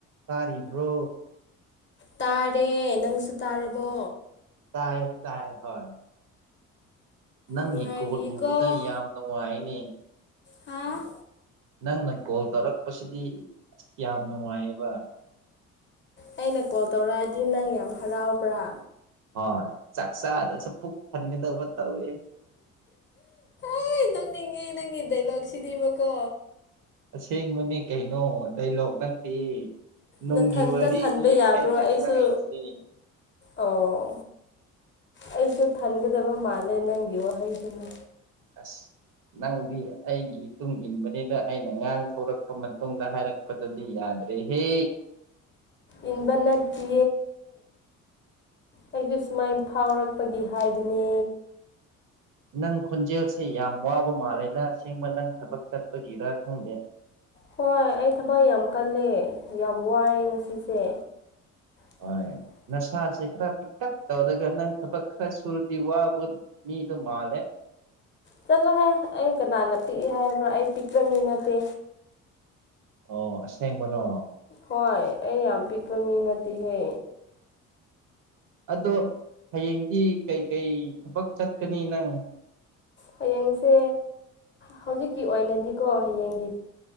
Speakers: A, on the right; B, on the left.
A: ꯇꯥꯔꯤꯕ꯭ꯔꯣ
B: ꯇꯥꯔꯦ ꯅꯪꯁꯨ ꯇꯥꯔꯕꯣ
A: ꯇꯥꯏ ꯇꯥꯏ ꯍ ꯅꯪꯒꯤ
B: ꯅꯨꯡꯉꯥꯏꯔꯤꯀꯣ
A: ꯀꯣꯜ ꯎꯕꯗ ꯌꯥꯝ ꯅꯨꯡꯉꯥꯏꯅꯦ
B: ꯍꯥ
A: ꯅꯪꯅ ꯀꯣꯜ ꯇꯧꯔꯛꯄꯁꯤꯗꯤ ꯑꯁ ꯌꯥꯝ ꯅꯨꯡꯉꯥꯏꯑꯕ
B: ꯑꯩꯅ ꯀꯣꯜ ꯇꯧꯔꯛꯑꯗꯤ ꯅꯪ ꯌꯥꯝ ꯍꯔꯥꯎꯕ꯭ꯔꯥ
A: ꯍꯣꯏ ꯆꯥꯛ ꯆꯥꯗꯁꯨ ꯄꯨꯛ ꯊꯟꯒꯗꯕ ꯇꯧꯋꯤ
B: ꯍ ꯅꯪ ꯅꯤꯡꯉꯦ ꯅꯪꯗꯦꯂ ꯀꯁꯤꯗꯤꯕꯀꯣ
A: ꯑꯁꯦꯡꯕꯅꯦ ꯀꯩꯅꯣ ꯗꯥꯏꯂꯣꯛ ꯅꯠꯇꯦ ꯅꯨꯡꯒꯤ
B: ꯅꯊꯟꯇ
A: ꯋꯥꯔꯤꯅꯦ
B: ꯊꯟꯕ ꯌꯥꯕ꯭ꯔꯣ
A: ꯑꯩꯅ
B: ꯑꯩꯁꯨ
A: ꯉꯥꯏꯁꯦ
B: ꯑꯣ ꯑꯩꯁꯨ ꯊꯟꯒꯗꯕ ꯃꯥꯜꯂꯦ ꯅꯪꯒꯤ ꯋꯥꯍꯩꯗꯨꯅ
A: ꯑꯁ ꯅꯪꯗꯤ ꯑꯩꯒꯤꯇꯨꯡ ꯏꯟꯕꯅꯤꯅ ꯑꯩꯅ ꯉꯥꯡ ꯊꯧꯔꯛꯄ ꯃꯇꯨꯡꯗ ꯍꯥꯏꯔꯛꯄꯗꯗꯤ ꯌꯥꯔꯦ ꯗ꯭ꯔꯦ ꯍꯦ
B: ꯏꯟꯕꯅꯠꯇꯦ ꯑꯩꯁꯨ ꯁꯨꯃꯥꯏꯅ ꯐꯥꯎꯔꯛꯄꯒꯤ ꯍꯥꯏꯕꯅꯦ
A: ꯅꯪ ꯈꯣꯟꯖꯦꯜꯁꯦ ꯌꯥꯝ ꯋꯥꯕ ꯃꯥꯜꯂꯦꯗ ꯑꯁꯦꯡꯕ ꯅꯪ ꯊꯕꯛ ꯆꯠꯄꯒꯤꯔ ꯈꯪꯗꯦ
B: ꯍꯣꯏ ꯑꯩ ꯊꯕꯛ ꯌꯥꯝ ꯀꯜꯂꯦ ꯌꯥꯝ ꯋꯥꯔꯦ ꯉꯁꯤꯁꯦ ꯎ
A: ꯍꯣꯏ ꯅꯁꯥꯁꯦ ꯈꯔ ꯄꯤꯛꯇꯛ ꯇꯧꯔꯒ ꯅꯪ ꯊꯕꯛ ꯈꯔ ꯁꯨꯔꯗꯤ ꯋꯥꯕ ꯃꯤꯗꯣ ꯃꯥꯜꯂꯦ
B: ꯆꯠꯂꯣꯍꯦ ꯑꯩ ꯀꯅꯥꯅ ꯄꯤꯛꯏꯦ ꯍꯥꯏꯕ꯭ꯔꯥ ꯑꯩ ꯄꯤꯛꯛꯇꯕ ꯃꯤ ꯅꯠꯇꯦ
A: ꯑꯣ ꯑꯁꯤꯁꯕꯅꯣ
B: ꯍꯣꯏ ꯑꯩ ꯌꯥꯝ ꯄꯤꯛꯄ ꯃꯤꯅꯗꯤꯦꯍꯦ
A: ꯑꯗꯣ ꯍꯌꯦꯡꯗꯤ ꯀꯩꯀꯩ ꯊꯕꯛ ꯆꯠꯀꯅꯤ ꯅꯪ
B: ꯍꯌꯦꯡꯁꯦ ꯍꯧꯖꯤꯛꯀꯤ ꯑꯣꯏꯅꯗꯤꯀꯣ ꯍꯌꯦꯡꯒꯤ